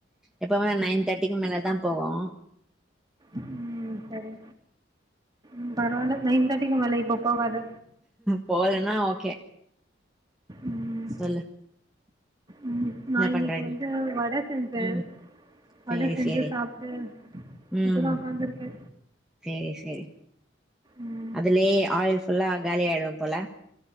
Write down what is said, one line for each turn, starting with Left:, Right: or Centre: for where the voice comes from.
Centre: எப்வுமே நைன் தேர்ட்டிக்கு மேலதா போவு
Right: ம் சரி ம் பரவால்ல நைன் தேர்ட்டிக்கு மேல இப்போ போகாது
Centre: போவலனா ஓகே
Right: ம்
Centre: சொல்லு
Right: ம் நா
Centre: என்ன
Right: இன்னிக்கு
Centre: பண்ற நீ
Right: வந்து வட செஞ்சே
Centre: ம்
Right: வட
Centre: சேரி
Right: செஞ்சு
Centre: சேரி
Right: சாப்டு
Centre: ம்
Right: இப்பதா உக்காந்துருக்கே
Centre: சேரி சேரி
Right: ம்
Centre: அதுலயே ஆயில் ஃபுல்லா காலி ஆயிடு போல